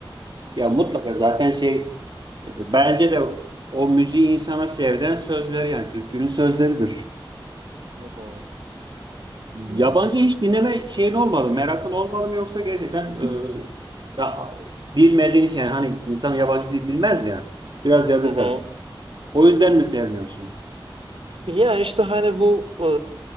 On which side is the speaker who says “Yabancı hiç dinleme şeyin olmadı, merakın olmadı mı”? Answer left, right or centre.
Right